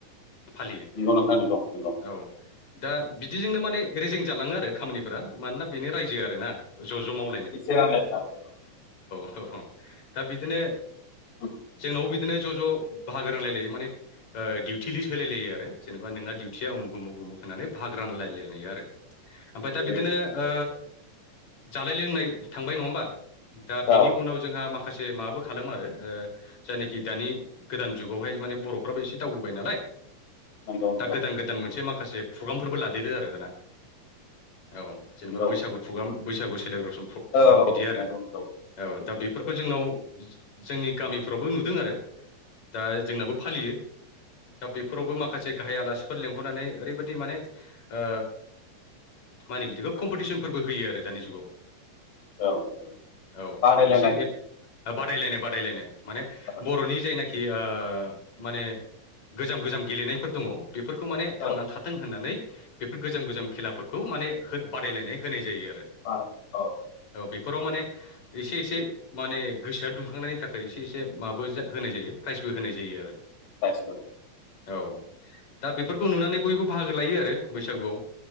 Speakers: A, on the left; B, on the left.
A: फालियो
B: नंगौ नोंथां नंगौ नंगौ।
A: औ दा बिदिजोंनो माने रेजें जालाङो आरो खामानिफोरा मानोना बेनो रायजो आरो ना ज' ज' माव
B: <inaudible>
A: अह ह दा बिदिनो
B: औ
A: जोंनावबो बि दिनो ज' ज' बाहागो रायलायलायो माने ओ दिउथि लिस होलाय लायो आरो जेनेबा नोंना दिउथिया उमुग उमुग उमुग होननानै भाग रानलाय लेनायो आरो। ओमफ्राय
B: बेबायदिनो
A: दा बिदिनो ओ जानाय लोंनाय थांबाय । नङा होमबा? दा
B: औ
A: बिनि उनाव जोंहा मा खासे माबो खालामो आरो ओ जायनाखि दानि गोदान जुगावहाय माने बर'फ्राबो एसे दावबोबाय नालाय।
B: नंगौ नंगौ
A: दा गोदान गोदान मोनसे माखासे प्रग्रामफोरबो लादेरो आरो दाना। औ जेनेबा
B: नंगौ
A: बैसागु प्रग्राम बैसागु सेलेब्रेसन फु पुगाम
B: औ
A: बिदि आरो
B: नंगौ नंगौ
A: औ
B: सोमजिनांगौ
A: दा बेफोरखौ जोंनाव जोंनि गामिफ्रावबो नुदों आरो दा जोंनाबो फालियो। दा बेफोरावबो माखासे गाहाय आलासिफोर लिंहरनानै ओरैबायदि माने ओ मा होनो बिदिखौ कम्पिटिसनफोरबो होयो आरो दानि जुगाव।
B: औ नंगौ
A: औ
B: बादायलायनाय
A: मोनसे एद ओ बादायलायनाय बादायलायनाय। माने
B: औ
A: बर'नि जायनाखि ओ माने गोजाम गोजाम गेलेनायफोर दङ बेफोरखौ माने थांनानै
B: औ
A: थाथों होननानै बेफोर गोजाम गोजाम खेलाफोरखौ माने हो बादायलायनाय होनाय जायो आरो।
B: आ औ।
A: ओ बेफोराव माने एसे एसे माने गोसोआ दुंखांनायनि थाखाय एसे एसे माबो होनाय जायो। प्राइजबो होनाय जायो आरो।
B: <unintelligible>
A: औ दा बेफोरखौ नुनानै बयबो बाहागो लायो आरो बैसागुआव।